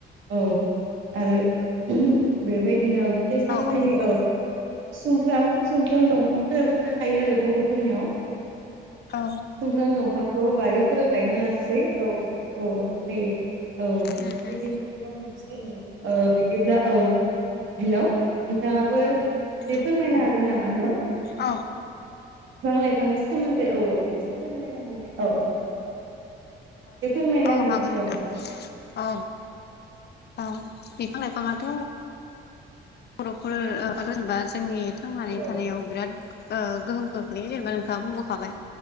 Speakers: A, on the right; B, on the left.
A: औ आरो उम बेबायदिनो जेसां
B: औ
A: थोयो
B: नंगौ
A: औ सुमफ्राम सुमफ्राम दंफांफोराबो थाखायो आरो बर'फोरनियाव।
B: थार
A: सुमफ्राम दंफांखौ बारिफोराव गायना लासै औ औ थायो। औ बेबायदिनो
B: उम उम
A: गोबां ओ बिदिब्ला औ हेल' नोंथाङाबो एसे
B: उम
A: फोरमायनो हागोन नामा हेल' बिफां
B: औ
A: लाइफांनि सोमोन्दै सोमोन्दै औ एसे फोरमायना होनाय औ औ एसे
B: औ
A: फोरमायना
B: औ
A: होन
B: हागोन नोंथां
A: औ
B: औ औ बिफां लाइफाङाथ' बर'फोर जेनेबा जोंनि थांनानै
A: औ
B: थानायाव बिराद ओ गोहोम खोख्लैयो जेनेबा नों बुंबोखाबाय